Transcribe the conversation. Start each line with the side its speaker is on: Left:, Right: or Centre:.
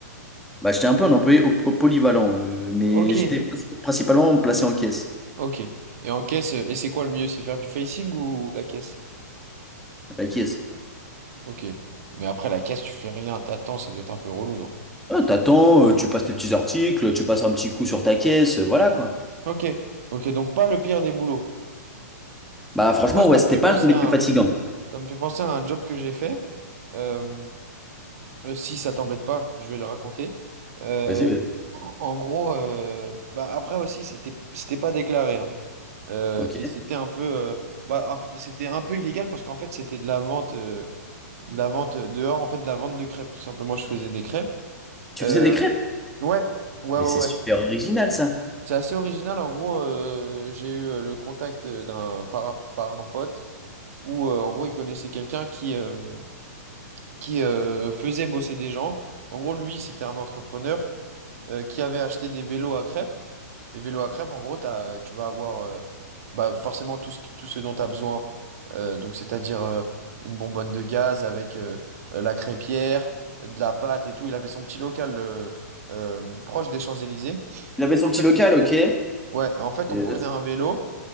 Centre: Bah, j'étais un peu un employé au, au polyvalent, euh, mais
Right: Ok,
Centre: j'étais princi- principalement placé en caisse,
Right: ok. Et en caisse, euh, et c'est quoi le mieux? C'est faire du facing ou la caisse?
Centre: à la caisse.
Right: Ok. Mais après, la caisse, tu fais rien, t'attends, ça doit être un peu relou, non?
Centre: Ah, t'attends, euh, tu passes tes petits articles, tu passes un petit coup sur ta caisse, euh, voilà quoi.
Right: Ok, ok, donc pas le pire des boulots.
Centre: Bah franchement,
Right: Moi, ça
Centre: ouais,
Right: me
Centre: c'était
Right: fait
Centre: pas
Right: penser
Centre: l'un des
Right: à
Centre: plus fatigants.
Right: un, ça me fait penser à un job que j'ai fait. Euh, euh, si ça t'embête pas, je vais le raconter. Euh,
Centre: Vas-y, vas-y.
Right: en, en gros, euh, bah après aussi, c'était, c'était pas déclaré, hein. Euh,
Centre: Ok.
Right: et c'était un peu, euh, bah, enf- c'était un peu illégal parce qu'en fait, c'était de la vente, euh, de la vente dehors, en fait, de la vente de crêpes. Tout simplement, je faisais des crêpes.
Centre: Tu
Right: Euh,
Centre: faisais des crêpes?
Right: ouais, ouais,
Centre: Mais
Right: ouais,
Centre: c'est
Right: ouais.
Centre: super original, ça.
Right: C'est assez original. En gros, euh, j'ai eu euh, le contact euh, d'un par, par un pote. où euh, en gros il connaissait quelqu'un qui, euh, qui euh, faisait bosser des gens. En gros, lui, c'était un entrepreneur euh, qui avait acheté des vélos à crêpes. Les vélos à crêpes, en gros, t'as, euh, tu vas avoir euh, bah, forcément tout ce, qui- tout ce dont tu as besoin. Euh, donc, c'est-à-dire euh, une bonbonne de gaz avec euh, euh, la crêpière, de la pâte et tout. Il avait son petit local euh, euh, proche des Champs-Élysées.
Centre: Il avait son petit local,
Right: On prenait-
Centre: ok. Et
Right: Ouais, en fait,
Centre: là,
Right: on prenait
Centre: c'est-
Right: un vélo.